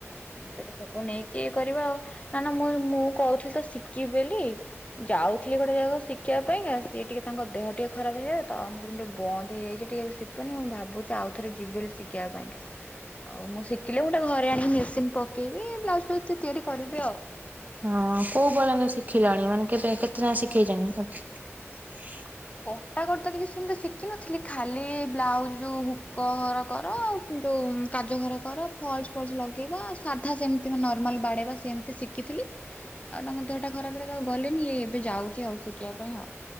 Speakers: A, on the left; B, on the right.
A: ସେଇଟା ସବୁ ନେଇକି ଇଏ କରିବା ଆଉ ନା ନା ମୁଁ ମୁଁ କହୁଥିଲି ତ ଶିଖିବି ବୋଲି? ଯାଉଥିଲି ଗୋଟେ ଜାଗାକୁ ଶିଖିବା ପାଇଁ ସିଏ ଟିକେ ତାଙ୍କ ଦେହ ଟିକେ ଖରାପ ହେଇଯାଇଛି ତ ଆମ ସେ ଟିକେ ବନ୍ଦ ହେଇଯାଇଛି ଟିକେ ଶିଖନି ମୁଁ ଭାବୁଛି ଆଉ ଥରେ ଯିବ ଶିଖିବା ପାଇଁକା। ହଉ ମୁଁ ଶିଖିଲି ମୁଁ ଗୋଟେ ଘରେ ଆଣିକି ମେସିନ ପକେଇବି ବ୍ଲାଉଜ ପ୍ଲାଉଜ୍ ତିଆରି କରିବି ଆଉ
B: ହଁ କୋଉ ପର୍ଯ୍ୟନ୍ତ ଶିଖିଲାଣି ମାନେ କେବେ କେତେ ଯା ଶିଖେଇଛନ୍ତି? ହ
A: କଟାକଟିତ କିଛି ସେମିତି ଶିଖିନଥିଲି ଖାଲି ବ୍ଲାଉଜ ଯୋଉ ହୁକର କର ଆଉ ଯୋଉ କାଯଘର କର ଫଲସ ଫଲସ ଲଗେଇବା ସାଧା ସେମିତି ନର୍ମାଲ ବାଡେଇବା ସେମିତି ଶିଖ ଶିଖିଥିଲି ଆଉ ତାଙ୍କ ଦେହଟା ଖରାପ ହେଲା ତ ଆଉ ଗଲିନି ଏ ଏବେ ଯାଉଛି ଆଉ ଶିଖିବା ପାଇଁ ଆଉ